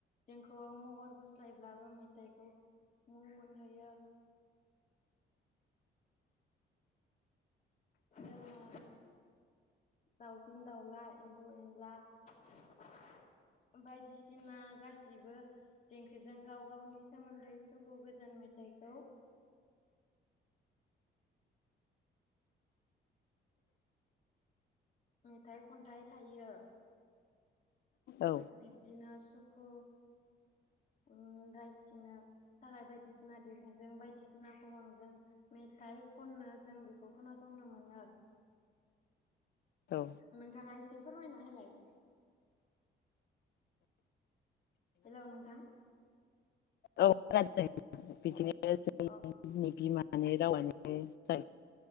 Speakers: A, on the left (about 40°); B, on the left (about 55°).
A: ओ महर गुस्लायबाबो मोनथायखौ मुं मोनहोयो जोङो दाउसिन दाउला एमफौ एनला ओमफाय बायदिसिना गासिबो देंखोजों गाव गावनि सोमोन्दै सुखु गोजोन मेथाइखौ मेथाइ खन्थाइ थायो।
B: औ
A: बिदिनास सुखु उम रायथिनो थाखाय बायदिसिना बिबुंजों बायदिसिना खबामजों मेथाइ खननो जों बेखौ खोनासंनो मोनो।
B: औ
A: नोंथाङा इस फोरमायना होलाय। हेलौ नोंथां।
B: औ <unintelligible> <unintelligible>
A: अ
B: बिमानि रावानो उम